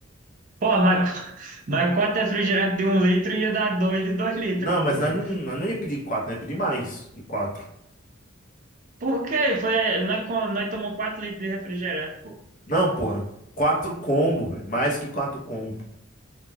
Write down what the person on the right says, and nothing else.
Pô, mas, <laughs> mas quatro refrigerantes de um litro ia dar dois de dois litros,
porra.
Por quê? Foi, nós, co- nós tomou 4 litros de refrigerante, pô.